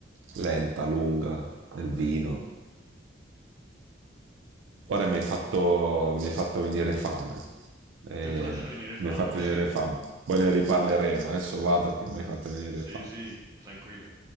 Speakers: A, on the right; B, on the right.
A: lenta, lunga del vino. Ora mi hai fatto, mi hai fatto venire fame. Eh,
B: Ti ho fatto venire fame.
A: mi hai fatto
B: <laughs>
A: venire fame. Poi ne riparleremo. Adesso vado che mi hai fatto venire
B: Sì,
A: fame.
B: sì, tranquillo.